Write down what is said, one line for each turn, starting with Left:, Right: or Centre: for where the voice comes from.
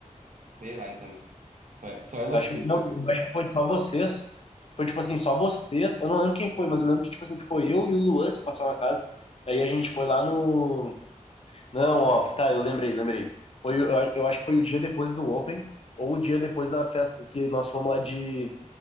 Right: Sei lá, então, mano. Só é, só é loucura.
Left: Acho que não,
Right: né?
Left: eu acho que foi só vocês. Foi tipo assim, só vocês. Eu não lembro quem foi, mas eu lembro que, tipo assim, ficou eu e o Luan se passar na casa. Aí a gente foi lá no. Não, ó, tá, eu lembrei, lembrei. Foi, o- eu, a- eu acho que foi o dia depois do Open, ou o dia depois da festa que nós fomos lá de,